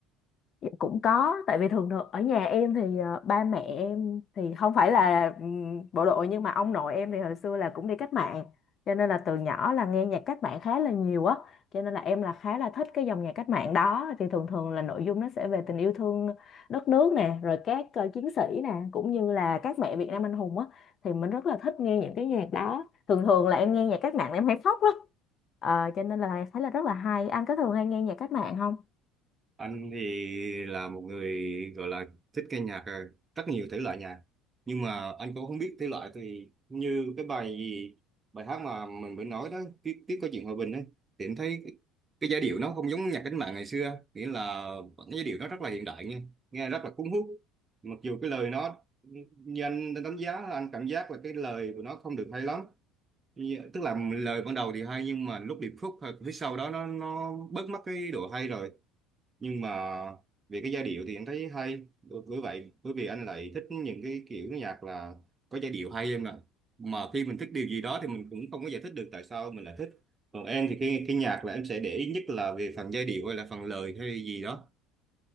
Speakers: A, on the left; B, on the right.
A: Dạ, cũng có tại vì thường thường ở nhà em thì ờ, ba mẹ em thì không phải là ừm, bộ đội nhưng mà ông nội em thì hồi xưa là cũng đi cách mạng cho nên là từ nhỏ là nghe nhạc cách mạng khá là nhiều á cho nên là em là khá là thích cái dòng nhạc cách mạng đó thì thường thường là nội dung nó sẽ về tình yêu thương đất nước nè rồi các ờ, chiến sĩ nè cũng như là các mẹ Việt Nam anh hùng á thì mình rất là thích nghe những cái nhạc đó thường thường là em nghe nhạc cách mạng là em hay khóc lắm Ờ, cho nên là thấy là rất là hay anh có thường hay nghe nhạc cách mạng không
B: Anh thì là một người gọi là thích nghe nhạc ờ, rất nhiều thể loại nhạc nhưng mà anh cũng không biết thể loại thì như cái bài gì bài hát mà mình mới nói đó tiếp tiếp có chuyện hòa bình đấy thì anh thấy cái, cái giai điệu nó không giống nhạc cách mạng ngày xưa nghĩa là vẫn cái giai điệu nó rất là hiện đại nghe nghe rất là cuốn hút mặc dù cái lời nó như anh đánh giá là anh cảm giác là cái lời của nó không được hay lắm Như- tức là lời ban đầu thì hay nhưng mà lúc điệp khúc hoặc phía sau đó nó nó bớt mất cái độ hay rồi nhưng mà về cái giai điệu thì anh thấy hay bởi bởi vậy bởi vì anh lại thích những cái kiểu nhạc là có giai điệu hay em ạ mà khi mình thích điều gì đó thì mình cũng không có giải thích được tại sao mình lại thích còn em thì cái cái nhạc là em sẽ để ý nhất là về phần giai điệu hay là phần lời hay gì đó